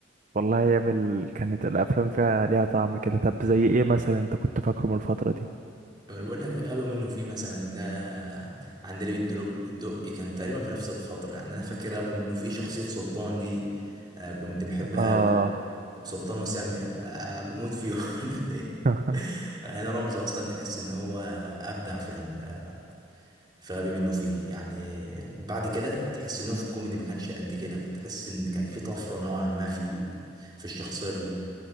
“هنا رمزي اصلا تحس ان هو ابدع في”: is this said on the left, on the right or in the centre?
Right